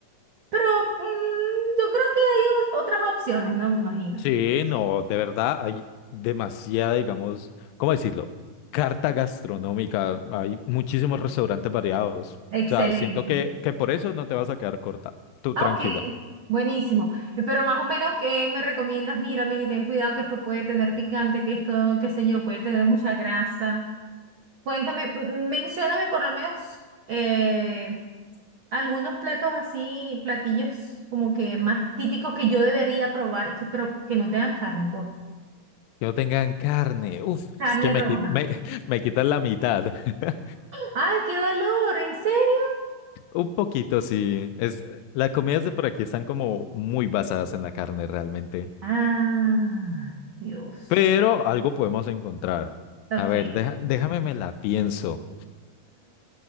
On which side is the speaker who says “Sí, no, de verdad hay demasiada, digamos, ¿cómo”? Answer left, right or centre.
Left